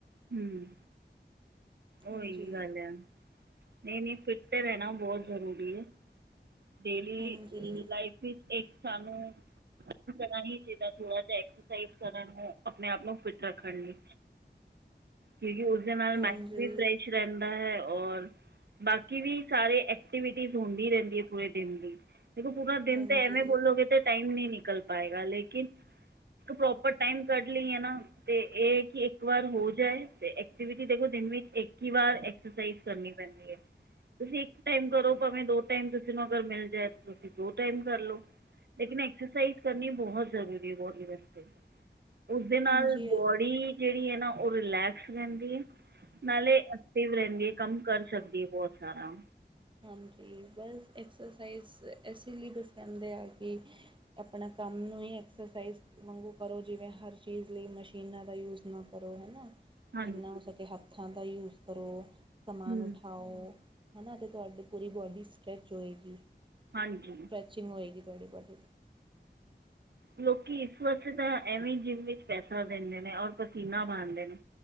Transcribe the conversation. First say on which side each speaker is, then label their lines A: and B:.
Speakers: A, on the right; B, on the right.
A: ਹੂੰ
B: ਹਾਂਜੀ
A: ਉਹੀ ਗੱਲ ਆ। ਨਹੀਂ ਨਹੀਂ ਫਿਟ ਤਾਂ ਰਹਿਣਾ ਬਹੁਤ ਜ਼ਰੂਰੀ ਹੈ। ਡੇਲੀ
B: ਹਾਂਜੀ
A: ਲਾਈਫ ਵਿੱਚ ਇੱਕ ਸਾਨੂੰ ਕਹਿਣਾ ਚਾਹੀਦਾ ਥੋੜਾ ਜਿਹਾ ਐਕਸਰਸਾਈਜ਼ ਕਰਨ ਨੂੰ ਆਪਣੇ ਆਪ ਨੂੰ ਫਿਟ ਰੱਖਣ ਲਈ। ਕਿਉਂਕਿ ਉਹਦੇ ਨਾਲ
B: ਹਾਂਜੀ
A: ਮਾਈਂਡ ਵੀ ਫਰੈਸ਼ ਰਹਿੰਦਾ ਹੈ। ਔਰ ਬਾਕੀ ਵੀ ਸਾਰੇ ਐਕਟੀਵਿਟੀਜ਼ ਹੁੰਦੀ ਰਹਿੰਦੀ ਹੈ। ਪੂਰੇ ਦਿਨ ਦੀ ਦੇਖੋ ਪੂਰਾ ਦਿਨ
B: ਹਾਂਜੀ
A: ਤਾਂ ਐਵੇਂ ਬੋਲੋਗੇ ਤੇ ਟਾਈਮ ਨਹੀਂ ਨਿਕਲ ਪਾਏਗਾ ਲੇਕਿਨ ਇੱਕ ਪ੍ਰੋਪਰ ਟਾਈਮ ਕੱਢ ਲਈਏ ਨਾ। ਤੇ ਇਹ ਕਿ ਇੱਕ ਵਾਰ ਹੋ ਜਾਏ ਤੇ ਐਕਟੀਵਿਟੀ ਦੇਖੋ ਦਿਨ ਵਿਚ ਇੱਕ ਹੀ ਵਾਰ ਐਕਸਰਸਾਈਜ਼ ਕਰਨੀ ਪੈਂਦੀ ਹੈ ਤੁਸੀਂ ਇੱਕ ਟਾਈਮ ਕਰੋ ਭਾਵੇਂ ਦੋ ਟਾਈਮ ਫਿਲਮ ਅਗਰ ਮਿਲ ਜਾਏ ਤਾਂ ਤੁਸੀਂ ਦੋ ਟਾਈਮ ਕਰ ਲੋ। ਐਕਸਰਸਾਈਜ਼ ਕਰਨੀ ਬਹੁਤ ਜ਼ਰੂਰੀ ਹੈ ਬੋਡੀ ਵਾਸਤੇ। ਉਸਦੇ ਨਾਲ
B: ਹਾਂਜੀ
A: ਬੋਡੀ ਜਿਹੜੀ ਹੈ ਨਾ ਉਹ ਰਿਲੈਕਸ ਰਹਿੰਦੀ ਹੈ। ਨਾਲੇ ਐਕਟਿਵ ਰਹਿੰਦੀ ਹੈ ਕੰਮ ਕਰ ਸਕਦੀ ਹੈ ਬਹੁਤ ਸਾਰਾ।
B: ਹਾਂਜੀ ਬਸ ਐਕਸਰਸਾਈਜ਼ ਇਸ ਲਈ ਕੁਛ ਕਹਿੰਦੇ ਆ ਕਿ ਆਪਣਾ ਕੰਮ ਨੂੰ ਹੀ ਐਕਸਰਸਾਈਜ਼ ਵਾਂਗੂ ਕਰੋ ਜਿਵੇਂ ਹਰ ਚੀਜ਼ ਲਈ ਮਸ਼ੀਨਾਂ ਦਾ ਯੂਜ਼ ਨਾ ਕਰੋ ਹਨਾ।
A: ਹਾਂਜੀ
B: ਜਿੰਨਾ ਹੋ ਸਕੇ ਹੱਥਾਂ ਦਾ ਯੂਜ ਕਰੋ ਸਮਾਨ
A: ਹੂੰ
B: ਉਠਾਓ ਹਨਾ ਤੇ ਤੁਹਾਡੇ ਪੂਰੀ ਬੋਡੀ ਸਟਰ੍ਰੈਚ ਹੋਏਗੀ।
A: ਹਾਂਜੀ।
B: ਚਿੰਗ ਹੋਈ ਦੀ ਤੁਹਾਡੀ ਬੋਡੀ
A: ਲੋਕੀ ਇਸ ਵਾਸਤੇ ਤਾਂ ਐਵੇਂ ਜਿੰਮ ਵਿੱਚ ਪੈਸਾ ਦਿੰਦੇ ਨੇ ਔਰ ਪਸੀਨਾ ਬਣਦੇ ਨੇ।